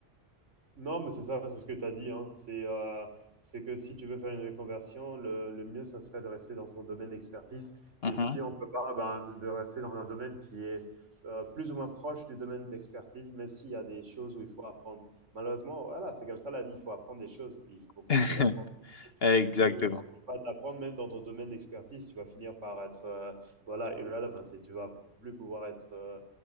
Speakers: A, on the right (about 75°); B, on the left (about 55°).
A: Non, mais c'est ça, c'est ce que tu as dit. Hein. C'est euh, c'est que si tu veux faire une reconversion, le, le mieux, ça serait de rester dans son domaine d'expertise.
B: Mhm.
A: Et si on peut pas, ben, de, de rester dans un domaine qui est euh, plus ou moins proche du domaine d'expertise, même s'il y a des choses où il faut apprendre. Malheureusement, voilà, c'est comme ça la vie. Il faut apprendre des choses. Il faut continuer
B: <laughs>
A: d'apprendre. Si,
B: Exactement.
A: si tu ne continues pas d'apprendre, même dans ton domaine d'expertise, tu vas finir par être euh, voilà, irrelevant et tu vas plus pouvoir être euh,